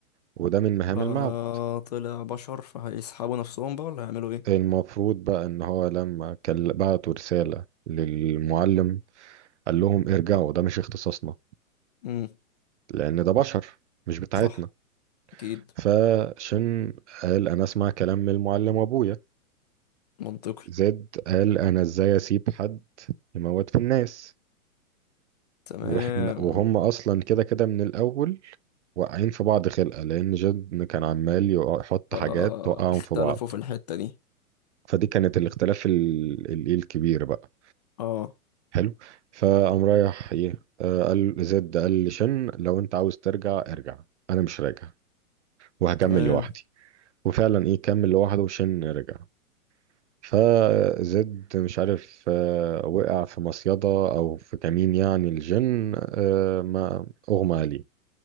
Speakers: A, on the right; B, on the left.
A: وده من مهام
B: فطلع
A: المعبد
B: بشر فهيسحبوا نفسهم بقى ولا هيعملوا ايه
A: المفروض بقى ان هو لما كان بعتوا رساله للمعلم قال لهم ارجعوا ده مش اختصاصنا
B: امم
A: لان ده بشر مش بتاعتنا
B: صح اكيد
A: فشن قال انا اسمع كلام من المعلم وابويا
B: منطقي
A: زد قال انا ازاي اسيب حد يموت في الناس
B: تمام
A: واحنا وهم اصلا كده كده من الاول واقعين في بعض خلقة لأن جد كان عمال يقع- يحط
B: فاختلفوا
A: حاجات توقعهم في بعض
B: في الحتة دي
A: فدي كانت الاختلاف ال- ال- الكبير بقى
B: اه
A: حلو فقام رايح ايه آه، قال زد قال لشن لو انت عاوز ترجع ارجع انا مش راجع وهكمل
B: تمام
A: لوحدي وفعلا ايه كمل لوحده وشن رجع فزد مش عارف آه، وقع في مصيدة او في كمين يعني الجن آه، ما اغمى عليه